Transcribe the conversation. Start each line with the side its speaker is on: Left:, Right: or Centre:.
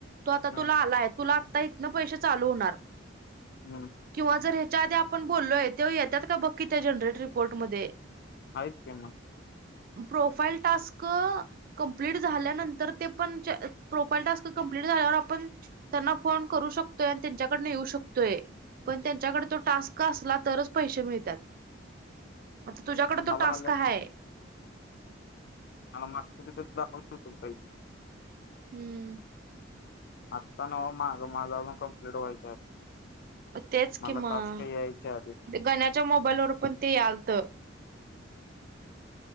Right: तू आता
Left: हम्म
Right: तुला आलाय, तुला आत्ता इतन पैसे चालू होणार,
Left: हम्म
Right: किंवा जर हे, त्या आधी आपण बोललोय, त्याव येत्यात का बकी त्या जनरेट रिपोर्टमध्ये.
Left: हायच की, मग
Right: प्रोफाईल टास्क कंप्लीट झाल्या नंतर, ते पण प्रोफाईल टास्क कंप्लीट झाल्यावर, आपण त्यांना फोन करू शकतोय, आणि त्यांच्याकडनं येऊ शकतोय पण त्यांच्याकडे तो टास्क असला, तरच पैसे मिळतात. म तुझ्याकडे तो
Left: मला
Right: टास्क
Left: आल्यात
Right: हाय
Left: मला मागचं <unintelligible> तीथ दाखवतो तुम्ही काही
Right: हम्म!
Left: आत्ता नव मागं माझं अजून कम्प्लीट व्हायचं.
Right: तेच
Left: मला
Right: कि, मग
Left: टास्क यायच्या आधी
Right: गण्याच्या मोबाईलवर पण ते यालतं.